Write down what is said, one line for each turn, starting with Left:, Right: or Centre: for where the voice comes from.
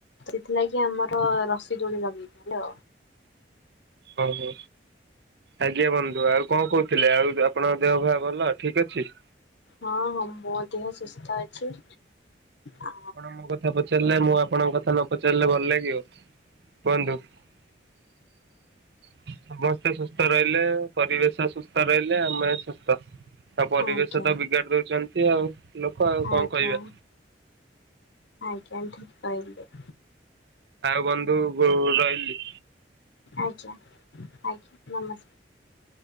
Left: ସେଇଥିଲାଗି ଆମର ରସି ଦୋଳି ଲଗେଇଛି, ହାଲୋ
Right: ଓହୋ, ଆଜ୍ଞା ବନ୍ଧୁ, ଆଉ କଣ କହୁଥିଲେ, ଆଉ ଆପଣଙ୍କ ଦେହ ପା ଭଲ, ଠିକ ଅଛି?
Left: ହଁ ହଁ, ମୋ ଦେହ ସୁସ୍ଥ ଅଛି। ଆ
Right: ଆପଣ ମୋ କଥା ପଚାରିଲେ, ମୁଁ ଆପଣଙ୍କ କଥା ନପଚାରିଲେ ଭଲ ଲାଗିବ, କୁହନ୍ତୁ <unintelligible> ସମସ୍ତେ ସୁସ୍ଥ ରହିଲେ, ପରିବେଶ ସୁସ୍ଥ ରହିଲେ, ଆମେସୁସ୍ଥ ଆଉ ପରିବେଶତ
Left: ଆଜ୍ଞା
Right: ବିଗାଡି ଦଉଛନ୍ତି ଆଉ, ଲୋକ ଆଉ, କଣ
Left: ଆଜ୍ଞା
Right: କଇବା?
Left: ଆଜ୍ଞା, ଠିକ୍ କହିଲେ।
Right: ଆଉ, ବନ୍ଧୁ ଗୋ ରହିଲି।
Left: ଆଜ୍ଞା, ଆଜ୍ଞା, ନମସ୍କାର।